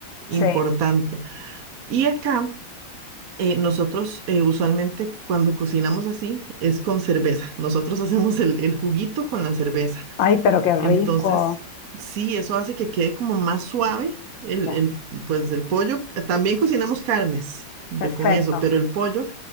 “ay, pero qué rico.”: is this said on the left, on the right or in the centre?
Left